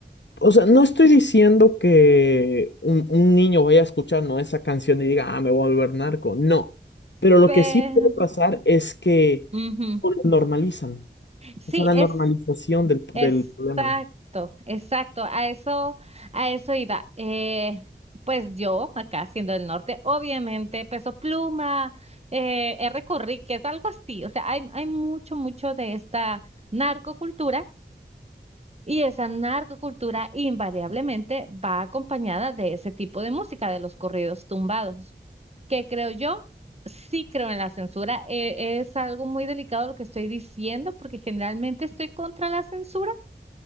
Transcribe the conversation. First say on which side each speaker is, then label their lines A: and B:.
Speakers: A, on the left; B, on the right.
A: o sea, no estoy diciendo que un, un niño vaya a escuchar, ¿no? esa canción y diga, ah, me voy a volver narco, no, pero lo
B: Pero,
A: que sí puede pasar es que
B: Ujú.
A: no lo normalizan.
B: Sí,
A: O sea, la
B: es
A: normalización del,
B: exacto,
A: del problema.
B: exacto. A eso, a eso iba. Eh, pues yo, acá siendo del norte, obviamente Peso Pluma, eh, R. Conríquez, algo así. O sea, hay, hay mucho, mucho de esta narcocultura y esa narcocultura invariablemente va acompañada de ese tipo de música, de los corridos tumbados, que creo yo, sí creo en la censura. Eh, es algo muy delicado lo que estoy diciendo, porque generalmente estoy contra la censura.